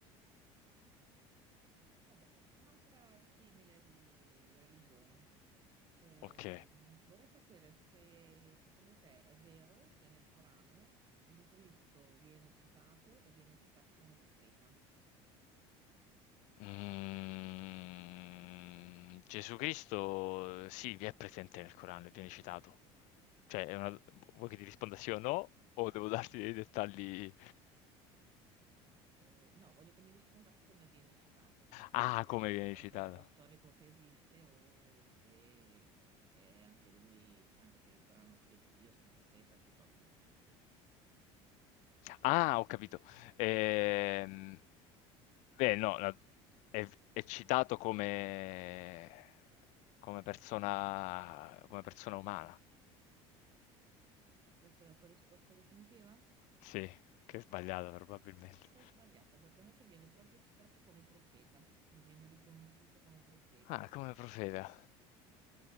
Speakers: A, on the right (about 35°); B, on the left (about 70°).
A: Vabbè, un'altra simile di religione. Eh,
B: Ok.
A: vorrei sapere se secondo te è vero che nel Corano Gesù Cristo viene citato e viene citato come profeta.
B: Mm, Gesù Cristo, sì, vi è presente nel Corano, viene citato. Cioè, è una- vuoi che ti risponda sì o no? O devo darti dei dettagli?
A: Eh, no, voglio che mi risponda come viene citato, cioè semplicemente
B: Ah, come
A: se
B: viene
A: è un personaggio
B: citato?
A: storico che esiste o se è anche lui, c'è anche per il Corano figlio di Dio, se è un profeta, se è qualcuno, insomma.
B: Ah, ho capito. Ehm, beh, no, la- è, è citato come, come persona, come persona umana.
A: Questa è la tua risposta definitiva?
B: Sì, che è sbagliata probabilmente.
A: E ho sbagliato perché invece viene proprio citato come profeta, quindi viene riconosciuto come profeta.
B: Ah, come profeta.